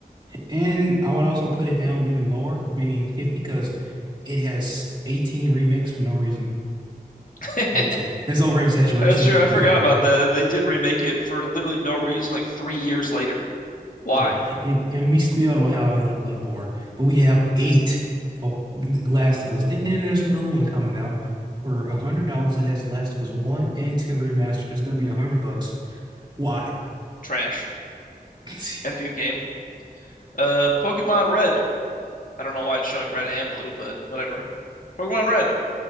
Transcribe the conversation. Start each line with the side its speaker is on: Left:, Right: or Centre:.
Right: And I would also put it down even lower, maybe even 50, because it has 18 remakes for no reason.
Left: <laughs>
Right: 18. It's over exaggeration,
Left: That's true.
Right: but
Left: I forgot
Right: you know,
Left: about that. They did remake it for literally no reason, like three years later. Why?
Right: yeah. And and we still don't have another Bloodborne, but we have eight for Last of Us. And then there's another one coming out for a hundred dollars that has Last of Us one and two remastered. It's gonna be a hundred bucks. Why?
Left: Trash.
Right: <laughs>
Left: F you game. Uh, Pokemon Red. I don't know why it's showing red and blue, but whatever. Pokemon Red.